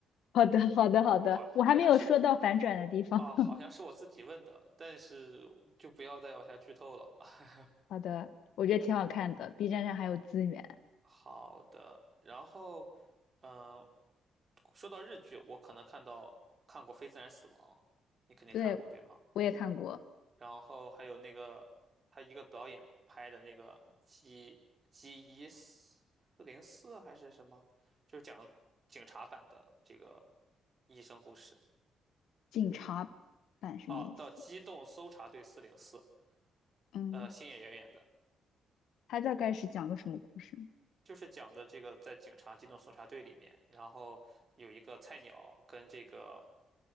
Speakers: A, on the left; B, on the right.
A: 好的，好的，好的，
B: 好，
A: 我还没有说到反转的地方。
B: 好像是啊，好像是我自己问的，
A: <laughs>
B: 但是就不要再往下剧透了。<laughs>
A: 好的，我觉得挺好看的，B 站上还有资源。
B: 好的，然后，嗯，说到日剧，我可能看到看过《非自然死亡》，你肯定看过对吗？
A: 对，我也看过
B: 然后还有那个他一个导演拍的那个 G G 一四零四还是什么，就是讲警察版的这个医生故事
A: 警察版，什么意思？
B: 哦，到机动搜查队四零四，
A: 嗯，
B: 呃，星野源演的，
A: 他大概是讲个什么故事
B: 就是讲的这个在警察机动搜查队里面，然后有一个菜鸟跟这个。